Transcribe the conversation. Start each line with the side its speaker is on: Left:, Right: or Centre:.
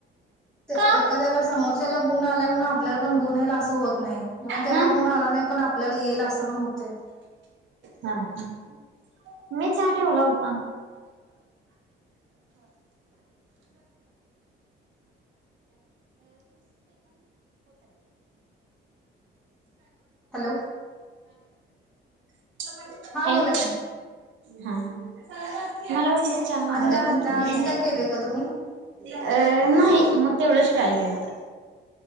Centre: <inaudible> ते
Right: का
Centre: एखाद्याला समोरच्याला गुण आलाय म्हणून आपल्याला पण गुण येईल असं होत नाही. म त्याला
Right: हा हा
Centre: गुण आला नाही पण आपल्याला येईल असं पण होतय.
Right: हा मी चहा ठेवला होता.
Centre: हॅलो
Right: <unintelligible> <unintelligible> <inaudible>
Centre: हा
Right: हॅलो
Centre: बोला की
Right: हा <unintelligible>
Centre: आणि
Right: चहा महागला
Centre: काय म्हणता अजून काय केलंय का तुम्ही
Right: अ नाही मग तेवढं काल गेलता